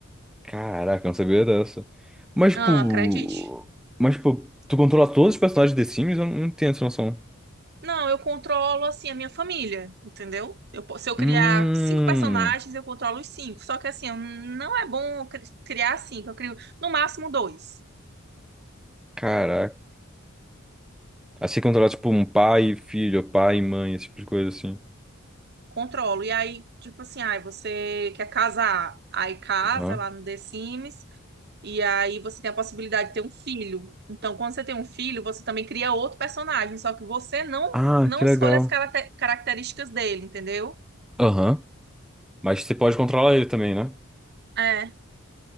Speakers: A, in the centre; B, on the right.
A: Caraca, eu não sabia dessa. Mas, tipo.
B: Ah, acredite.
A: Mas, tipo, tu controla todos os personagens de The Sims? Eu não tenho essa noção.
B: Não, eu controlo, assim, a minha família, entendeu? Eu, po- se eu
A: Hum.
B: criar cinco personagens, eu controlo os cinco. Só que, assim, eu- não é bom eu cri- criar cinco. Eu crio, no máximo, dois.
A: Caraca. assim que tipo, um pai e filho, pai e mãe, esse tipo de coisa assim.
B: Controlo. E aí, tipo assim, ai, você quer casar, aí casa
A: Aham.
B: lá no The Sims, e aí você tem a possibilidade de ter um filho. Então, quando você tem um filho, você também cria outro personagem, só que você não
A: Ah,
B: não
A: que legal.
B: escolhe as caracter- características dele, entendeu?
A: Aham. Mas você pode controlar ele também, né?
B: É.